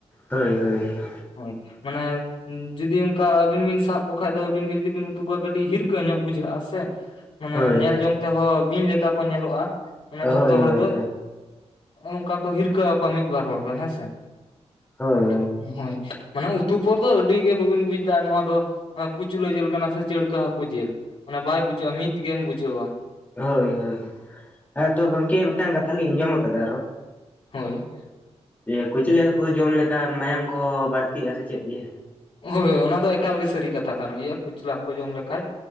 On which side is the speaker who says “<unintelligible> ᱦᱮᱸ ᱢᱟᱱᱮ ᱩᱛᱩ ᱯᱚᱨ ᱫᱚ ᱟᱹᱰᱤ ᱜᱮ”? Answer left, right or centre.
Left